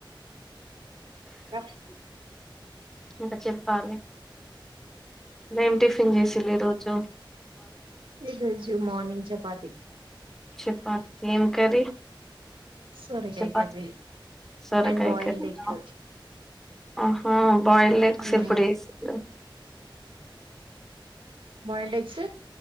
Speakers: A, on the right; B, in the centre.
A: రా
B: ఇంకా చెప్పాలి ఎం టిఫిన్ చేసీన్లు ఈరోజు
A: ఈరోజు మార్నింగ్ చపాతి
B: చెపాతి ఏం కర్రీ
A: సొరకాయ
B: చెపాతి
A: కర్రీ
B: సొరకాయ
A: అండ్ బాయిల్డ్
B: కర్రీ
A: ఎగ్
B: నా ఆహా బాయిల్డ్ ఎగ్స్
A: ఉమ్
B: ఎప్పుడు చేశారు
A: బాయిల్డ్ ఎగ్స్